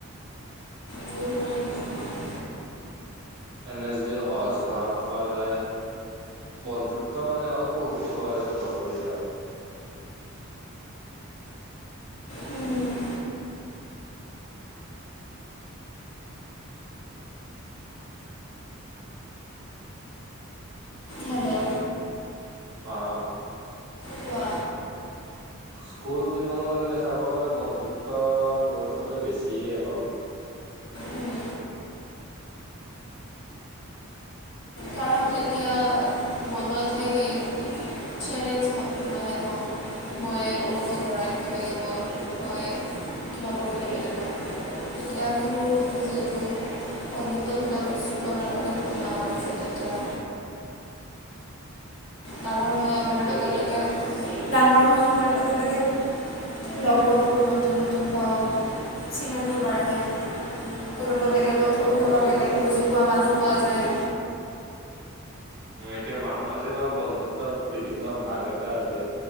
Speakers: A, on the left; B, on the right.
A: সেইবোৰেই বুজোঁ মই।
B: এনে যদি সহজ ভাষাত কোৱা যায়। বন্ধুত্ব মানে হ'ল সুখ দুখৰ এজন লগৰী আৰু।
A: মই হেল্ল'?
B: অঁ।
A: কোৱা?
B: স্কুল জীৱনত এনে চাব গ'লে বন্ধুত্বৰ গুৰুত্বটো বেছিয়ে অলপ।
A: উম, কাৰণ তেতিয়া মনত সেই চেলেঞ্জ ভাৱটো নাহে নহয়। মই অমুকক ঘূৰাই দিব লাগিব মই কিবা কৰি ল'ব লাগিব, তেতিয়া আমি সৰু থাকোঁ যিহেতু বন্ধুত বোলা বস্তুটো আমাৰ কাৰণে বহুত ডাঙৰ আছিল তেতিয়া। ডাঙৰ হৈ অহাৰ
B: এতে
A: লগে
B: বন্ধু
A: লগে ডাঙৰ হৈ অহাৰ লগে লগে লগ বন্ধুবোৰ নতুন নতুন পাওঁ চিনাকি বাঢ়ে। কোনোবা বেলেগতকৈ
B: মানুহৰ
A: কোনোবা
B: জীৱনত
A: বেলেগ বুজি পোৱা মানুহ পোৱা যায়।
B: অ', এতিয়া মানুহৰ জীৱনত বন্ধুত্বৰ বিভিন্ন ভাগ এটা হৈ যায়।